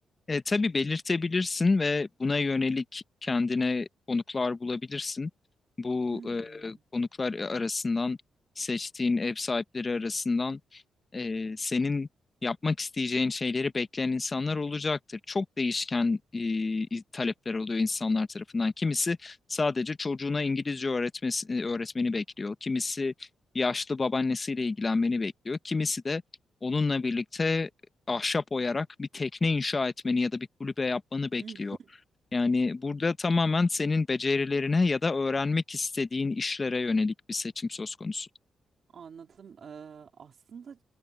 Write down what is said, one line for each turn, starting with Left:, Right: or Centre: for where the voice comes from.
Left: E, tabii belirtebilirsin ve buna yönelik kendine konuklar bulabilirsin. Bu
Right: Hmm.
Left: e, konuklar arasından seçtiğin ev sahipleri arasından e, senin yapmak isteyeceğin şeyleri bekleyen insanlar olacaktır. Çok değişken e, talepler oluyor insanlar tarafından. Kimisi sadece çocuğuna İngilizce öğretmesi, e, öğretmeni bekliyor. Kimisi yaşlı babaannesiyle ilgilenmeni bekliyor. Kimisi de onunla birlikte ahşap oyarak bir tekne inşa etmeni ya da bir kulübe yapmanı bekliyor.
Right: <laughs>
Left: Yani burada tamamen senin becerilerine ya da öğrenmek istediğin işlere yönelik bir seçim söz konusu.
Right: Anladım. Ee, aslında